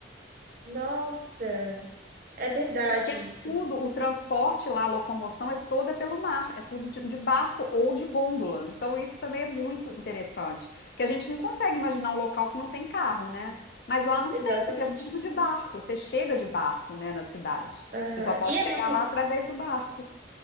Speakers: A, on the right; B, on the left.
A: Nossa, é verdade
B: Porque é
A: isso.
B: tudo, o transporte lá, a locomoção é toda pelo mar, é tudo de, de barco ou de gôndola. Então isso também é muito interessante, porque a gente não consegue imaginar um local que não tem carro, né? Mas lá não
A: Exatamente.
B: tem, porque é tudo de barco. Você chega de barco, né, na cidade.
A: Aham.
B: Você só pode
A: E é
B: chegar
A: muito.
B: lá através do barco.